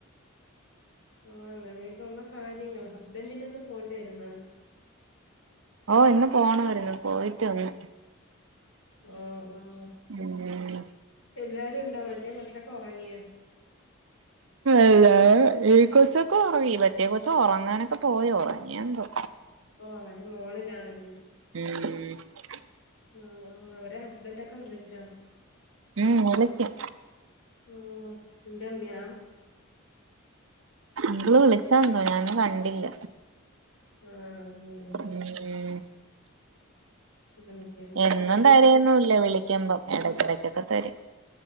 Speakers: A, on the left (about 65°); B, on the right (about 65°).
A: ആഹ് അങ്ങനെക്കൊള്ള കാര്യങ്ങൾ ഹസ്ബന്റിന് ഇന്ന് പോണ്ടേരുന്ന
B: ഓഹ് ഇന്ന് പോണോര്ന്നു പോയിട്ട് വന്ന്
A: ഒഹ് ഓഹ്
B: ഉം
A: എല്ലാരുംണ്ടാ മറ്റേ കൊച്ചൊക്കെ ഒറങ്ങിയാ
B: എല്ല ഈഹ് കൊച്ചൊക്കെ ഒറങ്ങി മറ്റേ കൊച്ച് ഒറങ്ങാനൊക്കെ പോയി ഉറങ്ങിയെന്തോ
A: ഓഹ് അവര് മോളിലാണല്ലേ
B: ഉം
A: ആഹ് അവരെ ഹസ്ബന്റ് ഒക്കെ വിളിച്ചൊ
B: ഉം ഓലൊക്ക
A: ഉം ഇന്റെ ഉമ്മ്യ
B: നിങ്ങള് വിളിച്ചാന്നോ ഞാനും കണ്ടില്ല
A: ആഹ് അങ്ങനെ
B: ഉം
A: അങ്ങനത്തെയൊക്കെ
B: എന്നും
A: കാര്യങ്ങള്
B: തരെന്നും ഇല്ല വിളിക്കുമ്പം ഇടക്കിടക്കൊക്കെ തരും